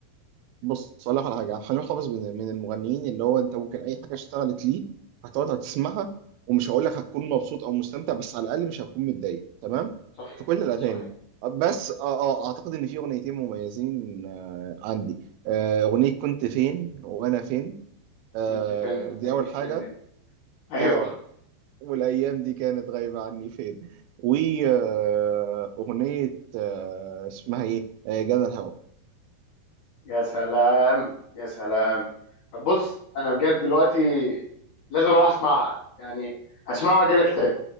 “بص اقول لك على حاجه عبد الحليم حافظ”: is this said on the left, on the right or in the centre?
Right